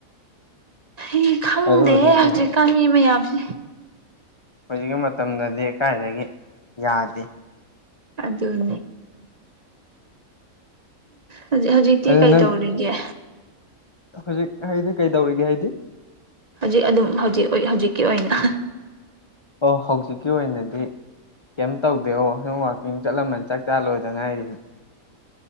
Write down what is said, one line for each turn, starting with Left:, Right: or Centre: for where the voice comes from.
Right: ꯑꯩ ꯈꯪꯗꯦ
Left: ꯑꯗꯨꯕꯨꯗꯤ
Right: ꯍꯧꯖꯤꯛꯀꯥꯟ
Left: ꯆꯨꯝꯃꯦ
Right: ꯃꯤ ꯃꯌꯥꯝꯁꯦ
Left: ꯍꯧꯖꯤꯛꯀꯤ ꯃꯇꯝꯗꯗꯤ ꯀꯥꯏꯗꯒꯤ ꯌꯥꯗꯦ
Right: ꯑꯗꯨꯅꯦ ꯍꯧꯖꯤꯛ ꯍꯧꯖꯤꯛꯇꯤ
Left: ꯑꯗꯨ
Right: ꯀꯩ
Left: ꯅꯪ
Right: ꯇꯧꯔꯤꯒꯦ
Left: ꯍꯧꯖꯤꯛ ꯍꯥꯏꯗꯤ ꯀꯩꯗꯧꯔꯤꯒꯦ ꯍꯥꯏꯗꯤ
Right: ꯍꯧꯖꯤꯛ ꯑꯗꯨꯝ ꯍꯧꯖꯤꯛ ꯍꯧꯖꯤꯛꯀꯤ ꯑꯣꯏꯅ
Left: ꯑꯣ ꯍꯧꯖꯤꯛꯀꯤ ꯑꯣꯏꯅꯗꯤ ꯀꯩꯝ ꯇꯧꯗꯦ ꯑꯣ ꯁꯨꯝ ꯋꯥꯛꯀꯤꯡ ꯆꯠꯂꯝꯃꯟ ꯆꯥꯛ ꯆꯥꯂꯣꯏꯗ ꯉꯥꯏꯔꯤ